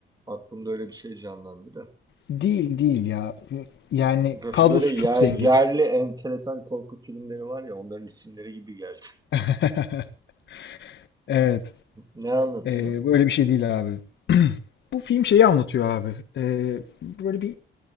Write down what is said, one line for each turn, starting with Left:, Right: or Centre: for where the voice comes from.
Right: aklımda öyle bir şey canlandı da.
Left: Değil değil ya. Ee, Yani
Right: <laughs> Bö
Left: kadrosu
Right: böyle yer
Left: çok zengin.
Right: yerli enteresan korku filmleri var ya, onların isimleri gibi geldi.
Left: <laughs> Evet.
Right: <laughs> Ne anlatıyor?
Left: Ee, böyle bir şey değil abi. <clears throat> Bu film şeyi anlatıyor abi. Ee, böyle bir